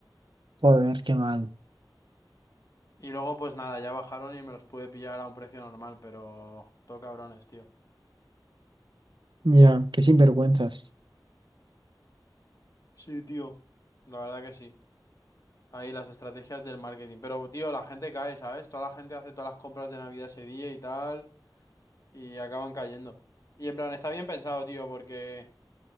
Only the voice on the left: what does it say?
Y luego, pues nada, ya bajaron y me los pude pillar a un precio normal, pero todo cabrones, tío.
Sí, tío. La verdad que sí. Ahí las estrategias del marketing. Pero, tío, la gente cae, ¿sabes? Toda la gente hace todas las compras de Navidad ese día y tal, y acaban cayendo. Y en plan, está bien pensado, tío, porque